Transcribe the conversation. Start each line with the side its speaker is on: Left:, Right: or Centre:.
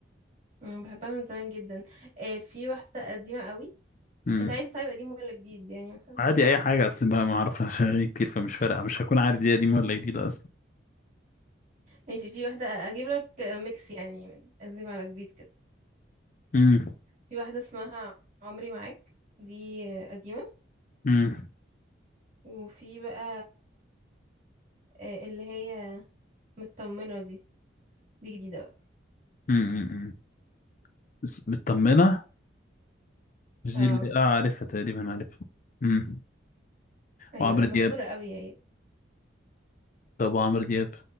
Right: أنا بحبها من زمان جدا أه في واحدة قديمة قوي
Left: امم
Right: انت عايز طيب قديم ولا جديد يعني مثلا
Left: عادي اي حاجة اصل بقى ما اعرفش اغاني كتير فمش فارقة مش هكون عارف دي قديمة ولا جديدة اصلا
Right: ماشي في واحدة اجيب لك ميكس يعني من قديم على جديد كده
Left: امم
Right: في واحدة اسمها عمري معاك دي قديمة
Left: امم
Right: وفي بقى أه اللي هي مطمنة دي دي جديدة بقى
Left: امم بس مطمنة مش
Right: اه
Left: دي اللي اه عارفها تقريبا عارفها امم
Right: ايوه
Left: وعمرو
Right: مشهورة
Left: دياب
Right: قوي هي
Left: طب وعمرو دياب